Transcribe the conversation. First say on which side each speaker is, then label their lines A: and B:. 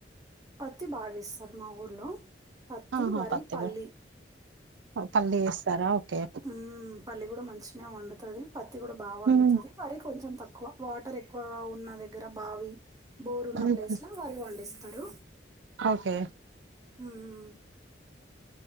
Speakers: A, on the right (about 20°); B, on the right (about 80°).
A: పత్తి బాగా ఇస్తారు మా ఊర్ల. పత్తి,
B: ఆహా
A: వరి,
B: పత్తి
A: పల్లి.
B: పల్లి యేస్తరా, ఓకే.
A: హ్మ్. పల్లి కూడా మంచనె వండుతుంది, పత్తి కూడా బాగా వండుతుంది,
B: ఉమ్,
A: వరి కొంచెం తక్కువ వాటర్ ఎక్కు. ఎక్కువ ఉన్న దగ్గర బావి, బోరు ఉన్న
B: ఉమ్,
A: ప్లేస్ లో వారి పండిస్తరు.
B: ఓకే.
A: మ్